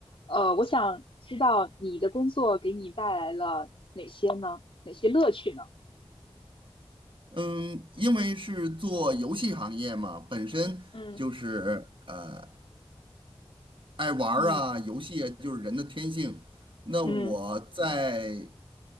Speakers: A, on the left; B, on the right.
A: 呃，我想知道你的工作给你带来了哪些呢？哪些乐趣呢？
B: 嗯，因为是做游戏行业嘛，本身就是呃
A: 嗯
B: 爱玩儿啊，
A: 嗯
B: 游戏啊，就是人的天性。那我在
A: 嗯